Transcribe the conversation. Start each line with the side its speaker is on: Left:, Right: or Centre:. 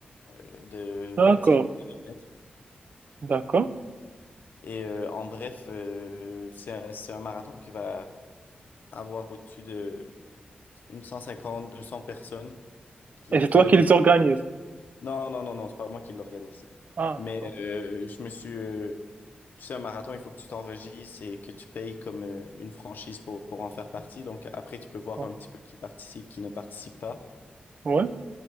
Left: euh, de
Right: D'accord,
Left: 25 km.
Right: d'accord.
Left: Et euh, en bref, euh, c'est un, c'est un marathon qui va avoir au-dessus de une 150, 200 personnes qui,
Right: Et c'est
Left: qui
Right: toi
Left: dev-
Right: qui les organises?
Left: Non, non, non, non, c'est pas moi qui l'organise.
Right: Ah,
Left: Mais
Right: bon,
Left: euh, je me suis... euh, Tu sais, un marathon, il faut que tu t'enregistres et que tu payes comme euh, une franchise pour, pour en faire partie. Donc après, tu peux voir
Right: bon.
Left: un petit peu qui participe, qui ne participe pas.
Right: ouais,